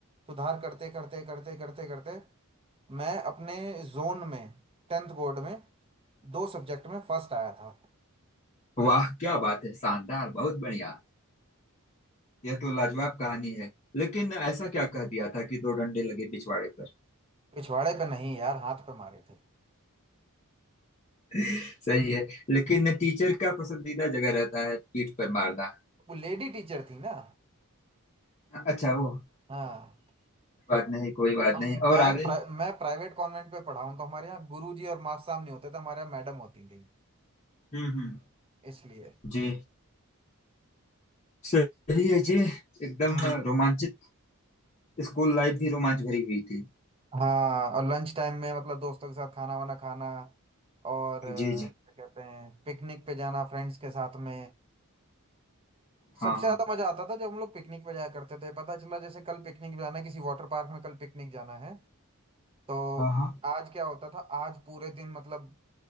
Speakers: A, on the right; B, on the left.
A: सुधार करते करते करते करते करते मैं अपने जोन में टेंथ बोर्ड में दो सब्जेक्ट में फर्स्ट आया था
B: वाह क्या बात है शानदार बहुत बढ़िया यह तो लाजवाब कहानी है लेकिन ऐसा क्या कह दिया था कि दो डंडे लगे पिछवाड़े पर
A: पिछवाड़े पे नहीं यार हाथ पे मारे थे
B: <laughs> सही है लेकिन टीचर का पसंदीदा जगह रहता है पीठ पर मारना
A: वो लेडी टीचर थी ना
B: अच्छा वो
A: हाँ
B: बात नहीं कोई बात
A: हम
B: नहीं
A: मैं
B: और आगे
A: प्राइ, मैं प्राइवेट कॉन्वेंट पे पढ़ा हूँ तो हमारे यहाँ गुरुजी और मास्टर साहब नहीं होते थे हमारे यहाँ मैडम होती थी
B: हम्म हम्म
A: इसलिए
B: जी सही है जी एकदम
A: हाँ
B: रोमांचित स्कूल लाइफ भी रोमांच भरी हुई थी
A: हाँ और लंच टाइम में मतलब दोस्तों के साथ खाना वाना खाना और अ,
B: जी जी
A: क्या कहते हैं पिकनिक पे जाना फ्रेंड्स के साथ में सबसे
B: हाँ
A: ज्यादा
B: हाँ
A: मजा आता था जब हम लोग पिकनिक पे जाया करते थे पता चला जैसे कल पिकनिक जाना है किसी वाटर पार्क में कल पिकनिक जाना है तो
B: हाँ हाँ
A: आज क्या होता था आज पूरे दिन मतलब